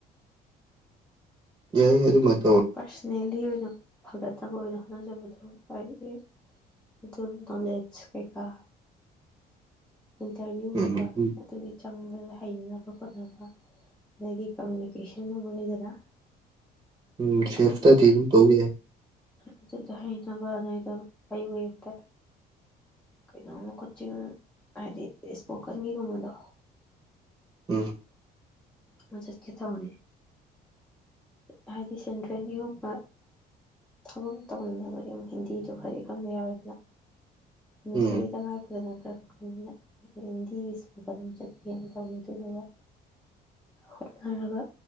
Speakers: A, on the right (about 25°); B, in the centre.
A: ꯌꯥꯏ ꯌꯥꯏ <unintelligible>
B: ꯄꯥꯔꯁꯅꯦꯜꯂꯤ ꯑꯣꯏꯅ ꯐꯒꯠꯅꯕ ꯑꯣꯏꯅ ꯍꯣꯠꯅꯖꯕꯗꯨ ꯍꯥꯏꯗꯤ ꯑꯦ ꯑꯗꯨꯝ ꯅꯣꯂꯦꯖ ꯀꯩꯀꯥ ꯏꯟꯇꯔꯚꯤꯌꯨꯒꯨꯝꯕ
A: ꯎꯝ ꯎꯝ
B: ꯑꯗꯨꯒꯤ ꯆꯪꯕꯗ ꯍꯩꯅꯕ ꯈꯣꯠꯅꯕ ꯑꯗꯒꯤ ꯀꯃꯨꯅꯤꯀꯦꯁꯟꯒꯨꯝꯕ ꯂꯩꯗꯅ
A: ꯎꯝ
B: ꯑꯗꯨꯒ
A: ꯁꯦꯜꯄ ꯁꯇꯥꯗꯤ
B: ꯈꯔ
A: ꯑꯗꯨꯝ ꯇꯧ ꯌꯥꯏ
B: ꯑꯗꯨꯗ ꯍꯩꯅꯕ ꯍꯩꯅꯕꯅ ꯑꯩꯗꯣ ꯑꯌꯨꯛ ꯑꯌꯨꯛꯇ ꯀꯩꯅꯣꯝꯃ ꯀꯣꯆꯤꯡ ꯍꯥꯏꯗꯤ ꯏꯁꯄꯣꯀꯟꯒꯤꯒꯨꯝꯕꯗꯣ
A: ꯎꯝ
B: ꯑꯃꯥ ꯆꯠꯀꯦ ꯇꯧꯅꯤ ꯍꯥꯏꯗꯤ ꯁꯦꯟꯇꯔꯦꯟꯒꯤꯒꯨꯝꯕ ꯊꯕꯛ ꯇꯧꯅꯤꯉꯥꯒꯗꯤ ꯑꯃꯨꯛ ꯍꯤꯟꯗꯤꯗꯨ ꯈꯔꯗꯤ ꯈꯪꯗ ꯌꯥꯔꯣꯏꯗꯅ ꯏꯪꯂꯤꯁꯄꯨꯗꯤ
A: ꯎꯝ
B: ꯇꯉꯥꯏ ꯐꯖꯅ ꯈꯔ ꯈꯔꯅ ꯍꯤꯟꯗꯤꯒꯤꯁꯨ ꯏꯁꯄꯣꯀꯟ ꯆꯠꯀꯦꯅ ꯇꯧꯅꯤ ꯑꯗꯨꯗꯨꯒ ꯍꯣꯠꯅꯔꯒ